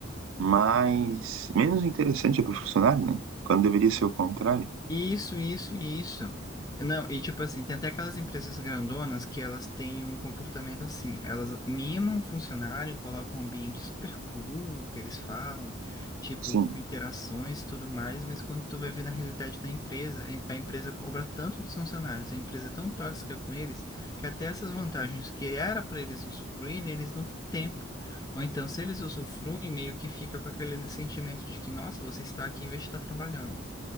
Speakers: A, on the right; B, on the left.
A: mais menos interessante é para o funcionário, né? Quando deveria ser o contrário.
B: Isso, isso, isso. Não, e tipo assim, tem até aquelas empresas grandonas que elas têm um comportamento assim, elas mimam o funcionário, colocam um ambiente super cool, que eles falam, tipo,
A: Sim,
B: com interações e tudo mais, mas quando tu vai ver na realidade da empresa, a em- a empresa cobra tanto dos funcionários, a empresa é tão tóxica com eles, que até essas vantagens que era para eles usufruírem, eles não têm tempo. Ou então, se eles usufruem, meio que fica com aquele sentimento de que, nossa, você está aqui em vez de estar trabalhando.